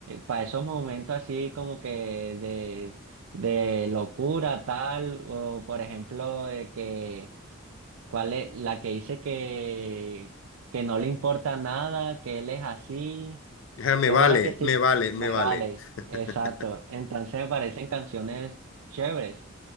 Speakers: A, on the right (about 75°); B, on the left (about 60°).
A: para esos momentos así como que de, de locura tal, o por ejemplo de que ¿Cuál es la que dice que, que no le importa nada, que él es así?
B: Ah, me
A: ¿Cómo
B: vale,
A: era que sí?
B: me vale,
A: Me
B: me vale.
A: vale,
B: <laughs>
A: exacto. Entonces me parecen canciones chéveres.